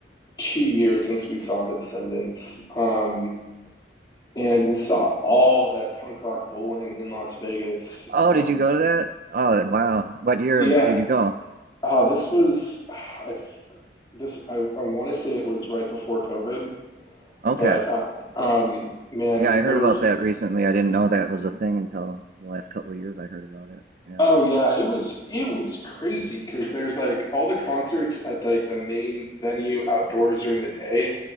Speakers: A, on the left; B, on the right.
A: two years since we saw The Descendants. Um, and we saw all at Punk Rock Bowling in Las Vegas.
B: Oh,
A: Um,
B: did you go to that? Oh, wow. What year
A: yeah.
B: did you go?
A: Oh, this was. <sighs> I this I, I want to say it was right before COVID.
B: Okay.
A: But uh, um, man,
B: Yeah, I
A: there
B: heard
A: was
B: about that recently. I didn't know that was a thing until the last couple of years I heard about it. Yeah.
A: oh yeah, it was it was crazy because there's like all the concerts at like the main venue outdoors during the day,